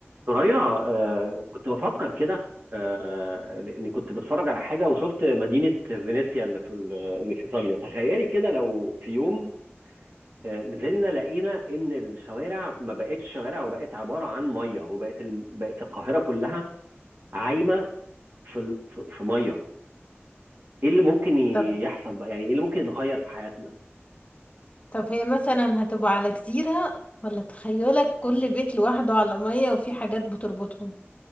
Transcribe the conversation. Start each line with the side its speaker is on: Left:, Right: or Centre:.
Right: ثريا آه كنت بفكر كده آه لاني كنت بتفرج على حاجه وشفت مدينه فينيسيا اللي في ال- اللي في ايطاليا تخيلي كده لو في يوم آه نزلنا لقينا ان الشوارع ما بقتش شوارع وبقت عباره عن ميه وبقت ال... بقت القاهره كلها عايمه في ال... في في ميه ايه اللي ممكن ي-
Left: طب
Right: يحصل بقى يعني ايه اللي ممكن يتغير في حياتنا
Left: طب هي مثلا هتبقى على جزيرة ولا تخيلك كل بيت لوحده على مية وفي حاجات بتربطهم